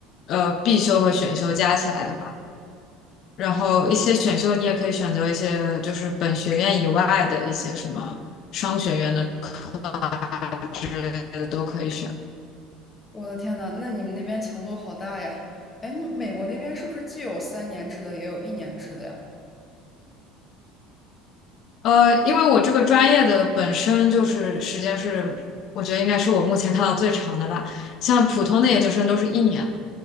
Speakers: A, on the left; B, on the left.
A: 呃必修和选修加起来的话。然后一些选修你也可以选择一些就是本学院以外的一些什么商学院的课啊之类的都可以选。
B: 我的天呐，那你们那边强度好大呀！哎，那美国那边是不是既有三年制的，也有一年制的呀？
A: 呃，因为我这个专业的本身就是时间是，我觉得应该是我目前看到最长的吧。像普通的研究生都是一年的，